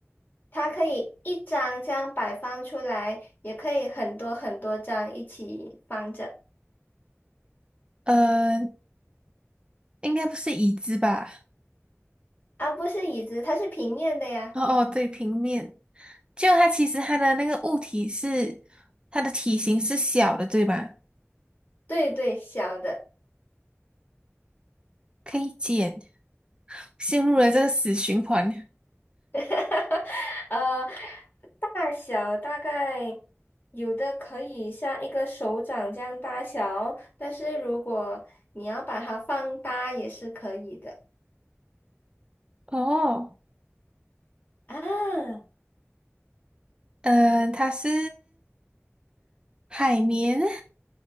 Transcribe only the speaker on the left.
它可以一张这样摆放出来，也可以很多很多张一起放着。
啊，不是椅子，它是平面的呀。
对对，小的，
<laughs> 呃，大小大概有的可以像一个手掌这样大小，但是如果你要把它放大也是可以的。
啊，